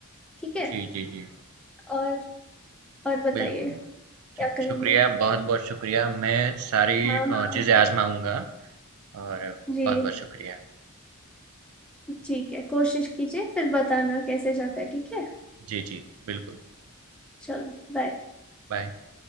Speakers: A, in the centre; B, on the right (about 70°).
A: ठीक है
B: जी जी जी
A: और और बताइए
B: बिल्कुल
A: क्या
B: थैंक-
A: करेंगे
B: शुक्रिया बहुत बहुत शुक्रिया मैं सारी
A: हाँ
B: अ,
A: हाँ
B: चीज़ें आजमाऊंगा और
A: जी
B: बहुत बहुत शुक्रिया
A: ठीक है कोशिश कीजिए फिर बताना कैसे जाता है ठीक है
B: जी जी बिल्कुल
A: चलो बाय
B: बाय